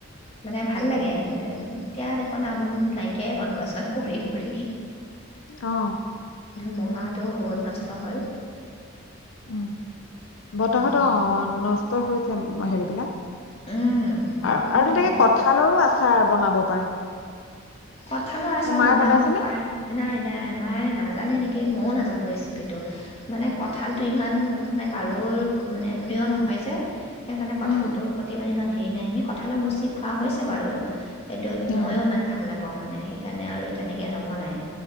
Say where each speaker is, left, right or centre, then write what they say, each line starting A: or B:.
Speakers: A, on the left; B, on the left.
A: মানে ভাল লাগে এতিয়া দেখোন আম নাইকিয়াই হ'ল গছত পৰি পৰি।
B: অ'।
A: ধুমুহাটো বহুত নষ্ট হ'ল।
B: উম। বতাহত
A: উম
B: অ', নচ <unintelligible> হৈছে হেৰিবিলাক
A: উম
B: আৰু
A: বহুত
B: আৰু তেনেকে
A: হয়
B: কঠালৰো আছ চাৰ বনাব পাৰে।
A: কঁঠালৰ আচাৰ
B: মায়ে
A: বনাব
B: বনাইছেনে
A: পাৰে নাই নাই মায়ে নাজানে নেকি? সেই ময়ো নাজানো ৰেচিপিটো মানে কঁঠালটো ইমান মানে কাৰো মানে প্ৰিয় নহয় যে। সেইকাৰণে কঁঠালটো
B: উম
A: প্ৰতি মানে ইমান হেৰি নাই এনে ক কঁঠালৰ মুচি খোৱা হৈছে বাৰু। সেইটো
B: অ
A: ময়ো ইমান ভাল নাপাওঁ। মানে সেইকাৰণে আৰু তেনেকে নবনাই।